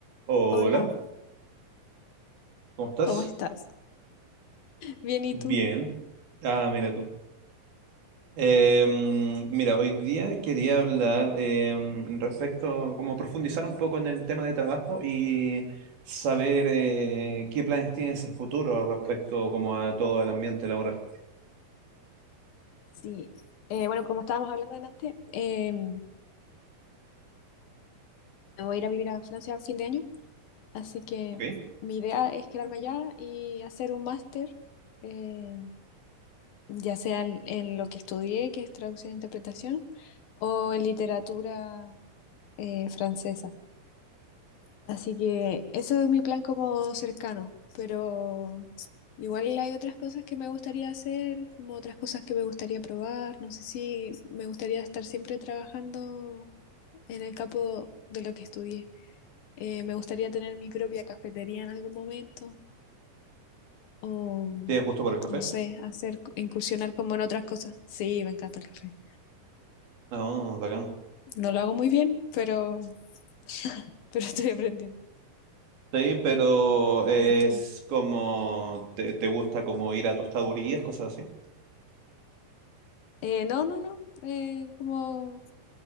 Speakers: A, on the right (about 75°); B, on the left (about 75°).
A: Hola,
B: Hola,
A: ¿cómo estás?
B: ¿cómo estás? Bien, ¿y
A: Bien.
B: tú?
A: Ah, mira
B: ¿Qué?
A: tú. Em, mira, hoy día quería hablar em, respecto, como profundizar un poco en el tema de trabajo y saber eh, qué planes tienes en futuro respecto como a todo el ambiente laboral.
B: Sí, eh, bueno, como estábamos hablando delante, eh, me voy a ir a vivir a Francia a fin de año, así que
A: Ok.
B: mi idea es quedarme allá y hacer un máster, eh, ya sea en, en lo que estudié, que es traducción e interpretación, o en literatura eh, francesa. Así que eso es mi plan como cercano, pero igual hay otras cosas que me gustaría hacer, como otras cosas que me gustaría probar. No sé si me gustaría estar siempre trabajando en el campo de lo que estudié. Eh, me gustaría tener mi propia cafetería en algún momento o,
A: ¿Tienes gusto por el café?
B: no sé, hacer, incursionar como en otras cosas. Sí, me encanta el café.
A: No, bacán.
B: No lo hago muy bien, pero, <laughs> pero estoy aprendiendo.
A: Sí, pero es
B: ¿Y tú?
A: como, te, te gusta como ir a tostadurías, cosas así?
B: Eh, no, no, no. eh, como,